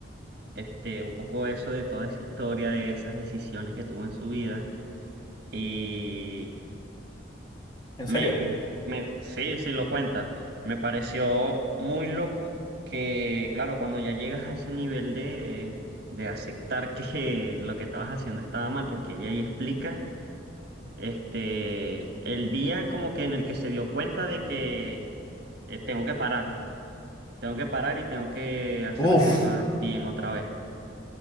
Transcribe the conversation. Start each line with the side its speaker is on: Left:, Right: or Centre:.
Right: este, un poco eso de toda esa historia, de esas decisiones que tuvo en su vida. Y
Left: ¿En
Right: me,
Left: serio?
Right: me, sí, sí, lo cuenta. Me pareció muy loco que, claro, cuando ya llegas a ese nivel de, de aceptar que lo que estabas haciendo estaba mal, porque ella ahí explica Este, el día como que en el que se dio cuenta de que eh, tengo que parar, tengo que parar y tengo que hacer
Left: Uf,
Right: las cosas bien otra vez.